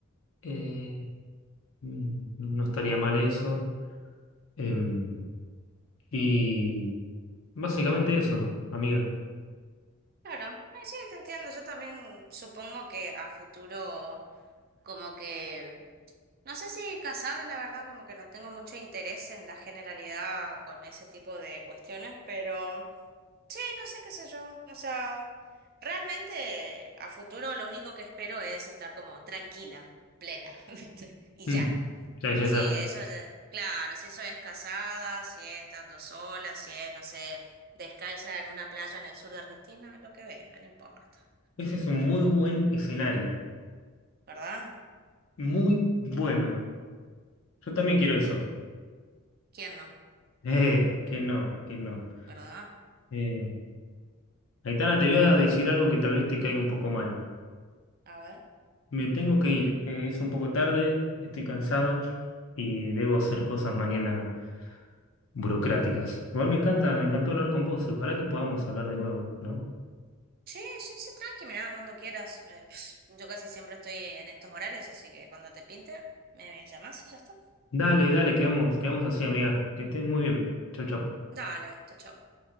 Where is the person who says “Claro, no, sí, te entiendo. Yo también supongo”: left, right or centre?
Right